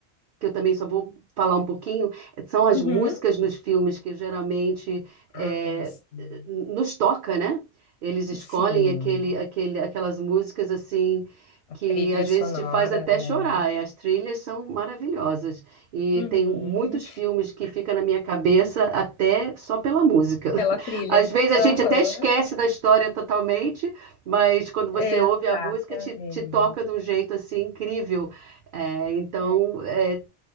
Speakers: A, on the right; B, on the left.
A: que eu também só vou falar um pouquinho, eh, são as
B: Uhum.
A: músicas nos filmes que geralmente é,
B: Ah, sim.
A: nos toca, né? Eles escolhem
B: Sim,
A: aquele, aquele, aquelas músicas assim
B: a
A: que
B: trilha
A: às vezes
B: sonora,
A: te faz até
B: né?
A: chorar. E as trilhas são maravilhosas. E
B: Uhum.
A: tem muitos filmes que fica na minha cabeça até só pela música.
B: Pela trilha.
A: <laughs> Às vezes
B: Aham,
A: a gente até esquece da história totalmente, mas quando você
B: Exatamente.
A: ouve a música, te, te toca de um jeito assim incrível. É, então,
B: É.
A: é,